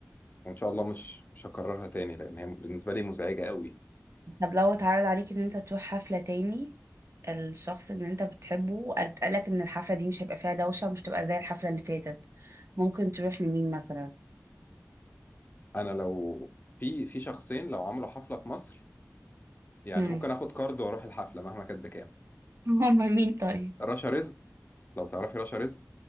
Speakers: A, on the left; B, on the right.
A: وان شاء الله مش مش هكررها تاني لان هي بالنسبه لي مزعجه قوي
B: طب لو اتعرض عليك ان انت تروح حفلة تاني الشخص اللي انت بتحبه وقالك ان الحفلة دي مش هيبقى فيها دوشة ومش تبقى زي الحفلة اللي فاتت ممكن تروح لمين مثلا
A: انا لو في في شخصين لو عملوا حفله في مصر يعني
B: هم
A: ممكن اخد كارد واروح الحفله مهما كانت بكام
B: <laughs> هم مين طيب
A: رشا رزق لو تعرفي رشا رزق